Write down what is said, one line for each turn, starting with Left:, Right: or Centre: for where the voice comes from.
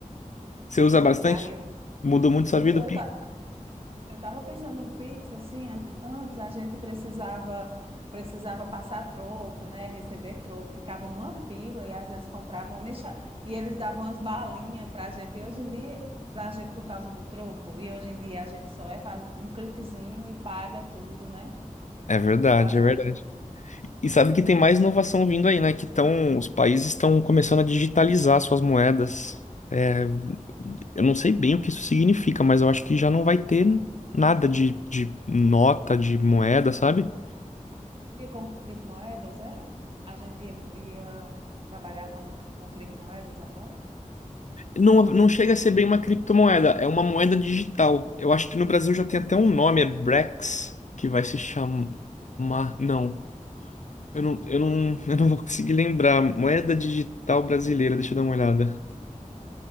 Left: Você
Right: Pois
Left: usa bastante?
Right: é, aí eu
Left: Mudou muito
Right: uso,
Left: sua vida,
Right: eu,
Left: Pi?
Right: Eu estava pensando em pizza, assim, ante- antes a gente precisava precisava passar troco, né, receber troco, ficava numa fila e às vezes comprava uma mexa... e eles davam umas balinhas para a gente. E hoje em dia, para a gente por causa do troco, e hoje em dia a gente só é faz um cliquezinho e paga tudo, né?
Left: É verdade,
Right: Eu acho
Left: é verdade.
Right: bem.
Left: E sabe que tem mais inovação vindo aí, né? Que tão, os países estão começando a digitalizar suas moedas. É, eu não sei bem o que isso significa, mas eu acho que já não vai ter nada de, de nota, de moeda, sabe?
Right: Seria como criptomoedas, era? A gente ia, ia trabalhar com, com criptomoedas agora?
Left: Não, não chega a ser bem uma criptomoeda, é uma moeda digital. Eu acho que no Brasil já tem até um nome, é Brex, que vai se chamar. Não, eu não, eu não, <laughs> eu não vou conseguir lembrar. Moeda digital brasileira, deixa eu dar uma olhada.